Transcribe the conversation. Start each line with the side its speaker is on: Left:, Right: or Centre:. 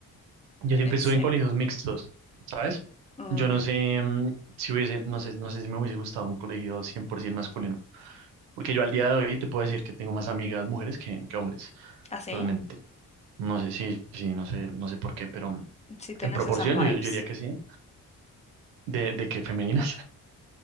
Right: yo
Left: eh,
Right: siempre estuve
Left: sí.
Right: en colegios mixtos, ¿sabes?
Left: Mm,
Right: Yo no sé mm, si hubiese, no sé, no sé si me hubiese gustado un colegio 100% masculino, porque yo al día de hoy te puedo decir que tengo más amigas mujeres que, que hombres,
Left: ¿Así?
Right: realmente. No sé, sí, sí, no sé, no sé por qué, pero
Left: Sí, Sí tenés
Right: en proporción
Left: esas vibes.
Right: yo, yo diría que sí, de, de que femenina.